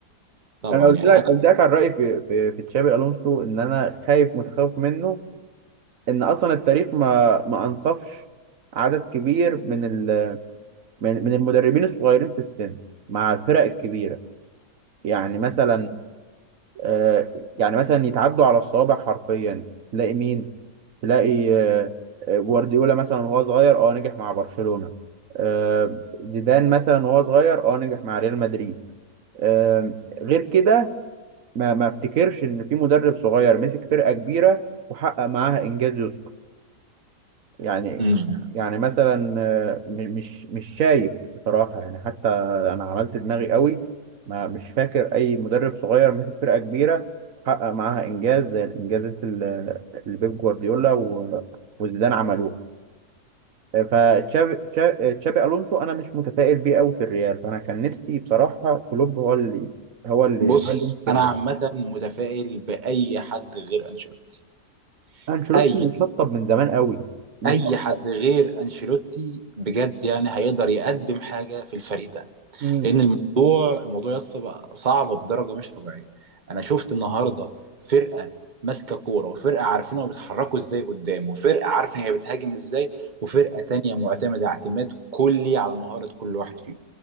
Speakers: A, on the right; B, on the right.
A: طبعا
B: انا قلت
A: يعني
B: لك
A: انا
B: قلت لك عن رايي في في, في تشابي الونسو ان انا خايف متخوف منه ان اصلا التاريخ ما ما انصفش عدد كبير من ال من, من المدربين الصغيرين في السن مع الفرق الكبيره يعني مثلا آه يعني مثلا يتعدوا على الصوابع حرفيا تلاقي مين تلاقي آه آه، جوارديولا مثلا وهو صغير اه نجح مع برشلونه آه زيدان مثلا وهو صغير اه نجح مع ريال مدريد آه غير كده ما ما افتكرش ان في مدرب صغير مسك فرقه كبيره وحقق معاها انجاز يذكر يعني
A: مم.
B: يعني مثلا آه، م- مش مش شايف بصراحه يعني حتى انا عملت دماغي قوي ما مش فاكر اي مدرب صغير مسك فرقه كبيره وحقق معاها انجاز زي الانجازات اللي اللي بيب جوارديولا و- وزيدان عملوها فتشابي تشا- تشابي الونسو انا مش متفائل بيه قوي في الريال فانا كان نفسي بصراحه كلوب هو اللي هو اللي
A: بص
B: هو اللي يمسك الريال
A: انا عامه متفائل باي حد غير انشيلوتي
B: انشيلوتي
A: اي
B: مشطب من زمان قوي مشطب
A: اي حد غير انشيلوتي بجد يعني هيقدر يقدم حاجه في الفريق ده
B: امم
A: لان الموضوع الموضوع يس بقى صعب بدرجه مش طبيعيه انا شفت النهارده فرقه ماسكه كوره وفرقه عارفين هما بيتحركوا ازاي قدام وفرقه عارفه هي بتهاجم ازاي وفرقه تانية معتمده اعتماد كلي على مهاره كل واحد فيهم